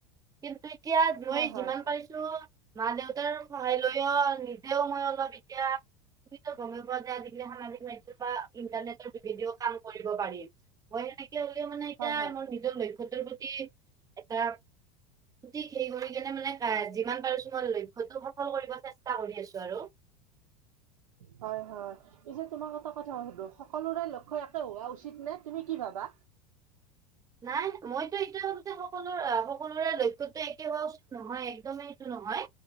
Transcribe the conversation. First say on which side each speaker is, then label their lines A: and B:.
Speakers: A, on the right (about 20°); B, on the right (about 90°).
A: কিন্তু এতিয়া মই
B: হয়
A: যিমান
B: হয়
A: পাৰিছো, মা দেউতাৰ সহায় লৈ অ নিজেও মই অলপ এতিয়া, গমে পোৱা যে আজিকালি সামাজিক মাধ্যম বা ইন্টাৰনেটৰ যোগেদিও কাম কৰিব পাৰি। মই সেনেকে হলেও মানে এতিয়া
B: হয় হয়
A: মোৰ নিজৰ লক্ষ্যটোৰ প্ৰতি এটা, সঠিক হেই কৰি কেনে মানে যিমান পাৰোছো মই লক্ষ্যটো সফল কৰিব চেষ্টা কৰি আছো আৰু, <inaudible>
B: হয় হয়। পিছে তোমাক এটা কথা সুধো সকলোৰে লক্ষ্য একে হোৱা উচিত নে তুমি কি ভাবা?
A: নাই মইতো এইটোয়ে ভাবো যে সকলোৰে সকলোৰে লক্ষ্য, টো একে হোৱা উচিত নহয় একদমেই সটো নহয়